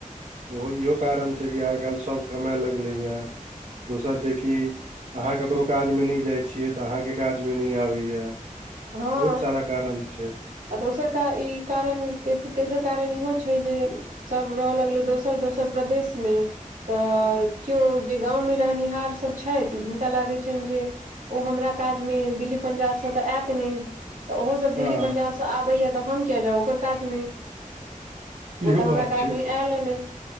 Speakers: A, on the right; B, on the right.
A: ओहो इहो कारण छैय कि आइ काल्हि सभ कमाए लगलैए। दोसर जे की अहाँ केकरो काजमे नय जाय छियै तऽ अहाँके काजमे नय आबैया।
B: हँ
A: बहुत सारा कारण छैय।
B: आ दोसर कार ई कारण तेसर कारण इहो छैय जे सब रहय लगलै दोसर, दोसर प्रदेशमे तऽ केओ जे गाँवमे रहनिहार सभ छथि हुनका लागैत छनि जे ओ हमरा काजमे दिल्ली पंजाब से तऽ आयत तऽ ओहो सब
A: हँ
B: दिल्ली पंजाब से आबैया तऽ हम किया जाउ ओकर कमे ओ
A: इहो
B: तऽ
A: बात
B: हमरा काजमे
A: छै
B: आयल नय